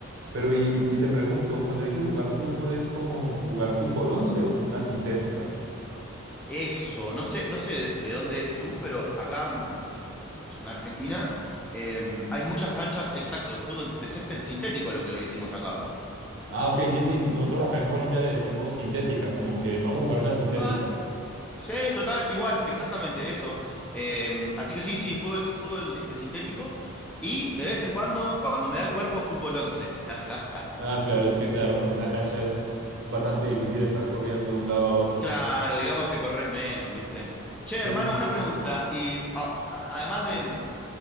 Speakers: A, on the right (about 60°); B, in the centre.
A: Pero y, y te pregunto, cuando dices jugar fútbol, ¿es como jugar fútbol 11 o como una sintética?
B: Eso, no sé, no sé de dónde eres tú, pero acá... mm, en Argentina, eh, hay muchas canchas, exacto, de fútbol de césped sintético, lo que le decimos acá.
A: Ah, ok, sí, sí, nosotros acá en Colombia le decimos sintética, como que vamos a jugar una sintética.
B: Ah, sí, total, igual, exactamente, eso. Eh, así que sí, sí, fútbol, fútbol este, sintético. Y de vez en cuando, cuando me da el cuerpo, fútbol once <laughs>
A: Ah, claro, es que claro, con esa cancha es bastante difícil estar corriendo de un lado a otro.
B: claro, digamos que corres menos, ¿viste? Che, hermano,
A: Sí.
B: una pregunta. Y a- a- además de,